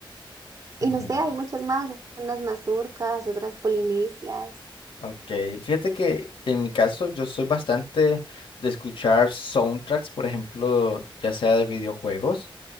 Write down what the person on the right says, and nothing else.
Y
no sé, hay muchas más, unas mazurcas, otras polinesias.